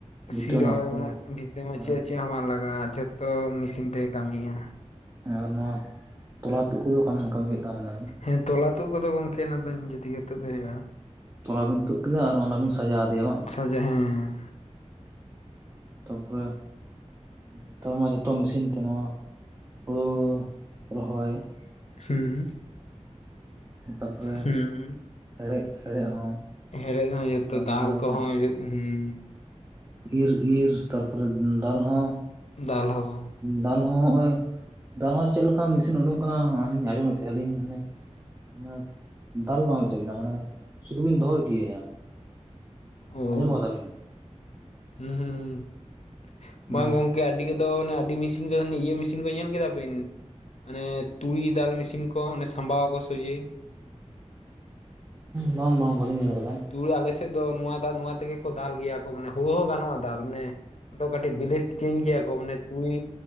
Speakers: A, on the right (about 20°); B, on the left (about 65°).
A: ᱵᱷᱤᱛᱟᱹ
B: ᱥᱤ ᱨᱚᱦᱚᱭ
A: ᱢᱟᱜ ᱠᱚ
B: ᱵᱷᱤᱛᱟᱹ ᱢᱟ
A: ᱦᱮᱸ
B: ᱪᱮᱫ ᱪᱮᱫ ᱦᱚᱸ ᱵᱟᱝ ᱞᱟᱜᱟᱜᱼᱟ ᱡᱷᱚᱛᱚ ᱢᱮᱥᱤᱱ ᱛᱮ ᱠᱟᱹᱢᱤᱭᱟᱭ ᱾
A: ᱦᱮᱸ ᱟᱨ ᱱᱚᱣᱟ ᱛᱚᱞᱟ ᱛᱩᱫ ᱠᱚᱫᱚ ᱠᱟᱢ ᱠᱟᱹᱢᱤ ᱦᱩᱭᱩᱜ ᱛᱟᱵᱚ ᱱᱟ ᱾
B: ᱦᱮᱸ ᱛᱚᱞᱟ ᱛᱩᱫ ᱠᱚᱫᱚ ᱜᱚᱢᱠᱮ ᱚᱱᱟ ᱫᱚ ᱱᱤᱡᱮ ᱛᱮᱜᱮ ᱛᱩᱫ ᱦᱩᱭᱩᱜᱼᱟ ᱾
A: ᱛᱚᱞᱟ ᱵᱤᱱ ᱛᱩᱫ ᱠᱮᱫᱟ ᱟᱨ ᱚᱱᱟ ᱵᱤᱱ ᱥᱟᱡᱟᱣ ᱟᱫᱮᱭᱟ ᱵᱟᱝ?
B: <unintelligible> ᱦᱮᱸ
A: ᱛᱟᱨᱯᱚᱨᱮ ᱱᱮᱛᱟᱨ ᱢᱟ ᱡᱚᱛᱚ ᱢᱮᱥᱤᱱ ᱛᱮ ᱱᱚᱣᱟ ᱦᱩᱲᱩ ᱨᱚᱦᱚᱭ ᱾
B: ᱦᱩᱸ
A: ᱛᱟᱯᱚᱨᱮ
B: ᱦᱩᱸ
A: ᱦᱮᱲᱦᱮᱫ ᱦᱮᱲᱦᱮᱫ ᱦᱚᱸ
B: ᱦᱮᱲᱮᱫ ᱦᱚᱸ ᱡᱚᱛᱚ
A: ᱛᱟᱯᱚᱨᱮ
B: ᱫᱟᱞ ᱠᱚᱦᱚᱸ ᱦᱩᱭᱩᱜ ᱦᱩᱸ
A: ᱤᱨ ᱤᱨ ᱛᱟᱨᱯᱚᱨᱮ ᱫᱟᱞ ᱦᱚᱸ
B: ᱫᱟᱞ ᱦᱚᱸ
A: ᱫᱟᱞ ᱦᱚᱸ ᱦᱚᱜᱼᱚᱭ ᱫᱟᱞ ᱦᱚᱸ ᱪᱮᱫ ᱞᱮᱠᱟ ᱢᱮᱥᱤᱱ ᱩᱰᱩᱝ ᱠᱟᱱᱟ ᱟᱞᱤᱧ ᱟᱸᱡᱚᱢᱮᱫ ᱛᱟᱦᱮᱸ ᱞᱤᱧ ᱢᱟᱱᱮ ᱢᱟᱱᱮ <unintelligible> ᱫᱟᱞ ᱵᱟᱝ ᱦᱩᱭᱩᱜ ᱛᱟᱵᱤᱱᱟ ᱢᱟᱱᱮ ᱥᱩᱫᱷᱩ ᱵᱤᱱ ᱫᱚᱦᱚ ᱤᱫᱤᱭᱟᱭᱟ ᱾
B: ᱚ
A: ᱟᱸᱡᱚᱢ ᱠᱟᱫᱟ ᱵᱤᱱ?
B: ᱦᱩᱸ ᱦᱩᱸ ᱦᱩ
A: ᱢᱟᱱᱮ
B: ᱵᱟᱝ ᱜᱚᱝᱠᱮ ᱟᱹᱰᱤ ᱠᱚᱫᱚ ᱮ ᱟᱹᱰᱤ ᱢᱮᱥᱤᱱ ᱤᱭᱟᱹ ᱢᱮᱥᱤᱱ ᱠᱚ ᱧᱮᱞ ᱠᱮᱫᱟ ᱵᱤᱱ? ᱚᱱᱮ ᱛᱩᱲᱤ ᱫᱟᱞ ᱢᱤᱥᱤᱱ ᱠᱚ ᱚᱱᱮ ᱥᱟᱢᱵᱟᱣ ᱟᱠᱚ ᱥᱚᱡᱮ ᱾
A: ᱵᱟᱝ ᱵᱟᱝ ᱵᱷᱟᱹᱞᱤᱧ ᱧᱮᱞ ᱟᱠᱟᱫᱟ ᱾
B: ᱫᱩᱲ ᱟᱞᱮ ᱥᱮᱫ ᱫᱚ ᱱᱚᱣᱟ ᱫᱟᱜ ᱱᱚᱣᱟ ᱛᱮᱜᱮ ᱠᱚ ᱫᱟᱞ ᱜᱮᱭᱟ ᱠᱚ ᱢᱟᱱᱮ ᱦᱩᱲᱩ ᱦᱚᱸ ᱜᱟᱱᱚᱜᱼᱟ ᱫᱟᱞ ᱱᱮ ᱾ ᱟᱫᱚ ᱠᱟᱹᱴᱤᱡ ᱵᱤᱞᱮᱰ ᱪᱮᱧ ᱜᱮᱭᱟ ᱠᱚ ᱢᱟᱱᱮ ᱛᱩᱲᱤ